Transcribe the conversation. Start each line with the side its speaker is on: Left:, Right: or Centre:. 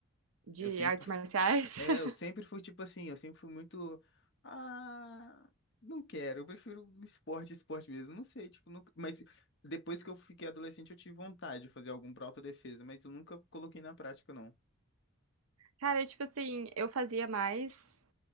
Right: De
Left: Eu sempre,
Right: artes
Left: fu-
Right: marciais.
Left: é,
Right: <laughs>
Left: eu sempre fui tipo assim, eu sempre fui muito, ah, não quero, eu prefiro um esporte, esporte mesmo, não sei, tipo, nunca, mas depois que eu fiquei adolescente eu tive vontade de fazer algum pra autodefesa, mas eu nunca coloquei na prática, não.
Right: Cara, tipo assim, eu fazia mais